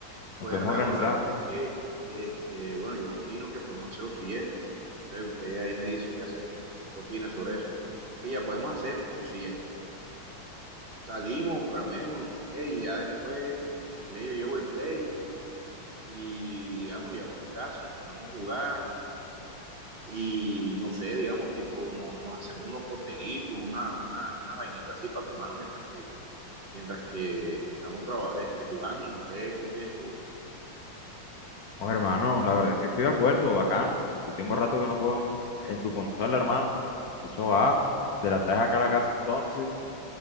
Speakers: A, on the left; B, on the right.
A: nos
B: Pues
A: podemos
B: hermano,
A: organizar.
B: la verdad es que, este, bueno, yo opino que podemos hacer lo siguiente. No sé, usted ahí me dice qué hace, qué opina sobre eso. Pilla, podemos hacer lo siguiente, mira. Salimos, camemos, no sé qué, y ya después, si quieres, yo llevo el play y, digamos, llegamos a tu casa, nos ponemos a jugar y, no sé, digamos, tipo, no, nos hacemos unos coctelitos, una, una, unas vainitas así para tomarnos mientras que, mientras que estamos traba- este, jugando. No sé, ¿qué opinas tú?
A: No, hermano, la verdad es que estoy de acuerdo, bacano. Yo tengo rato que no juego en, en tu consola, hermano. Eso va. Te la traes acá a la casa entonces